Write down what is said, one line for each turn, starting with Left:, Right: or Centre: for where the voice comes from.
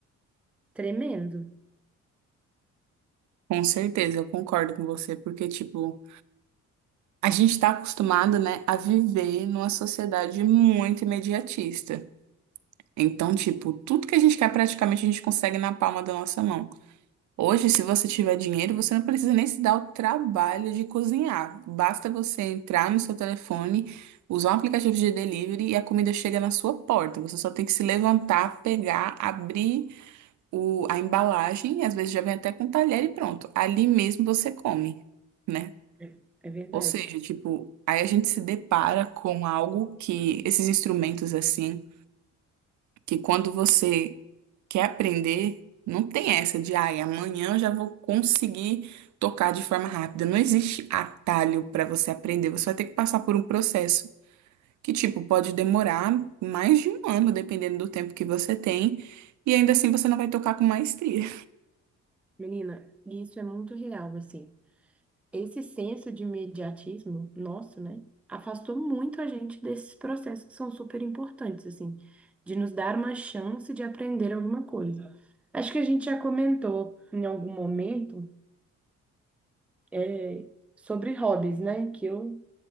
Centre: tremendo.
Right: com certeza, eu concordo com você, porque tipo, a gente está acostumado, né, a viver numa sociedade muito imediatista. Então, tipo, tudo que a gente quer praticamente a gente consegue na palma da nossa mão. Hoje, se você tiver dinheiro, você não precisa nem se dar o trabalho de cozinhar. Basta você entrar no seu telefone, usar um aplicativo de delivery e a comida chega na sua porta. Você só tem que se levantar, pegar, abrir o, a embalagem, às vezes já vem até com talher e pronto. Ali mesmo você come, né?
Centre: É é verdade.
Right: Ou seja, tipo, aí a gente se depara com algo que esses instrumentos assim que quando você quer aprender, não tem essa de, ai, amanhã eu já vou conseguir tocar de forma rápida. Não existe atalho para você aprender. Você vai ter que passar por um processo que, tipo, pode demorar mais de um ano, dependendo do tempo que você tem, e ainda assim você não vai tocar com maestria.
Centre: Menina, e isso é muito real, assim. Esse senso de imediatismo nosso, né, afastou muito a gente desses processos que são super importantes, assim, de nos dar uma chance de aprender alguma coisa. Acho que a gente já comentou em algum momento, é, sobre hobbies, né, que eu,